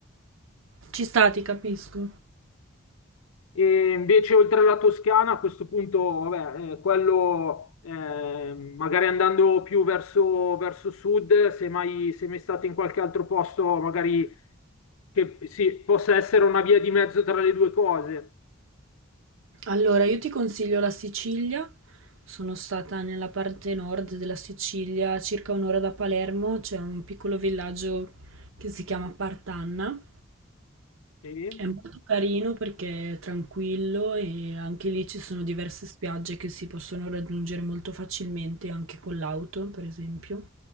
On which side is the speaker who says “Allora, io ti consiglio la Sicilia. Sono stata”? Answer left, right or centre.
Right